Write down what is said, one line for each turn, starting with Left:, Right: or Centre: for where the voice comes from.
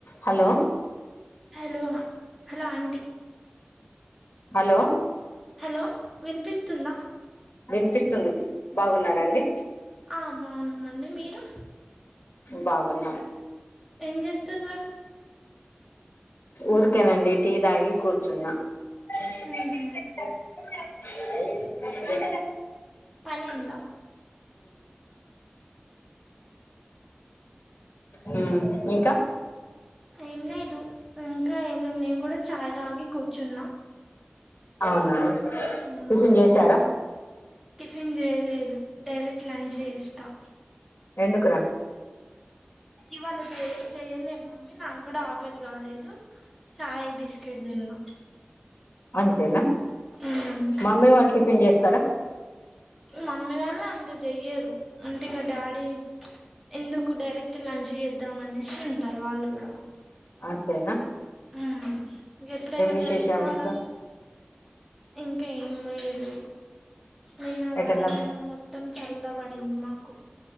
Left: Hello
Centre: hello hello aunty
Left: hello
Centre: hello విన్పిస్తుందా
Left: విన్పిస్తుంది బాగున్నారాండి
Centre: ఆ బాగున్నామండి మీరు
Left: బాగున్నా
Centre: ఏం చేస్తున్నారు
Left: ఊర్కేనండి టీ దాగీ కూర్చున్నా <inaudible>
Centre: ఉహు పనైందా
Left: ఉ ఇంకా
Centre: ఏం లేదు ఇంకా ఏంలే నేన్గూడా చాయ్ తాగి కూర్చున్నా
Left: అవునా
Centre: ఉమ్
Left: టిఫన్ చేశారా
Centre: టిఫిన్ చేయలేదు డైరెక్ట్ లంచ్చేస్తా
Left: ఎందుకురా
Centre: ఇవ్వాళ చెయ్ చెయలే మమ్మీ నాక్కూడా ఆకలి కాలేదు చాయ్ బిస్కెట్ తిన్న
Left: అంతేనా
Centre: ఉమ్
Left: మమ్మీ వాళ్లు టిఫిన్ చేస్తారా
Centre: మమ్మీ వాళ్ళు అంతా చెయ్యరు అంటిగా డ్యాడి ఎందుకు డైరెక్ట్ ఇప్పుడు లంచ్ చేద్దామనేషి ఉంటారు వాళ్ళు కూడా
Left: అత్తేనా
Centre: ఆ ఎప్పుడైనా
Left: విశేషాలు
Centre: చేస్కోవాలన్
Left: ఇంకా
Centre: ఇంకా ఏం లేదు నిన్న
Left: ఎటన్నా
Centre: వాతావరణం మొత్త్ మొత్తం చల్లబడింది మాకు